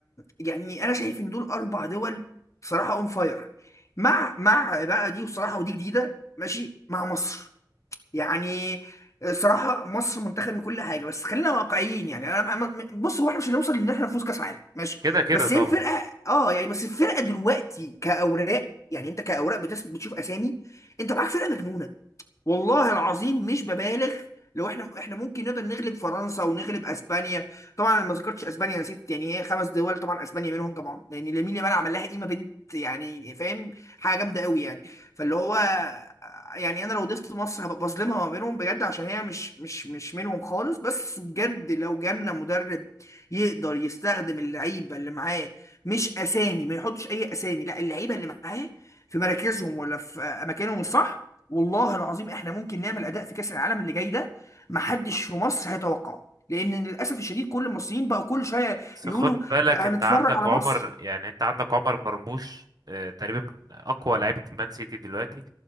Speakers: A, on the left (about 40°); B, on the right (about 55°).
A: يعني انا شايف ان دول اربع دول بصراحه اون فاير مع مع بقى دي بصراحه ودي جديده ماشي مع مصر يعني صراحه مصر منتخب كل حاجه بس خلينا واقعيين يعني انا أنا- م- بص هو احنا مش هنوصل ان احنا نفوز كاس عالم ماشي
B: كده كده
A: بس
B: طبعا
A: هي الفرقه اه يعني بس الفرقه دلوقتي كاوراق يعني انت كاوراق بتس- بتشوف اسامي انت معاك فرقه مجنونه والله العظيم مش ببالغ لو احنا احنا ممكن نقدر نغلب فرنسا ونغلب اسبانيا طبعا انا ما ذكرتش اسبانيا يا ست يعني هي خمس دول طبعا اسبانيا منهم طبعا لان لامين يامال عمل لها قيمه بنت يعني فاهم حاجه جامده قوي يعني فاللي هو يعني انا لو ضفت مصر هبقى بظلمها ما بينهم بجد عشان هي مش مش مش منهم خالص بس بجد لو جالنا مدرب يقدر يستخدم اللعيبه اللي معاه مش اسامي ما يحطش اي اسامي لا اللعيبه اللي معاه في مراكزهم ولا في اماكنهم الصح والله العظيم احنا ممكن نعمل اداء في كاس العالم اللي جاي ده محدش في مصر هيتوقعه لان للاسف الشديد كل المصريين بقى كل شويه
B: بس
A: يقولوا
B: خد بالك
A: هنتفرج
B: انت عندك
A: على
B: عمر
A: مصر
B: يعني انت عندك عمر مرموش آه، تقريبا من اقوى لعيبه مان سيتي دلوقتي